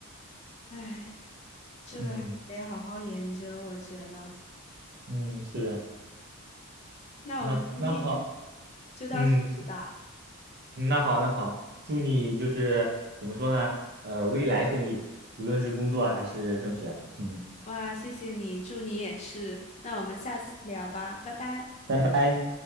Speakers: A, on the left; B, on the right.
A: 唉，
B: <laughs>
A: 这个还得好好研究，
B: 嗯
A: 我觉得。
B: 嗯，是，
A: 那我们今天
B: 那那好，
A: 就到这里吧。
B: 嗯，那好那好，祝你就是怎么说呢，呃，未来顺利，无论是工作啊还是升学。嗯。
A: 哇，谢谢你，祝你也是。那我们下次聊吧，拜拜。
B: 拜拜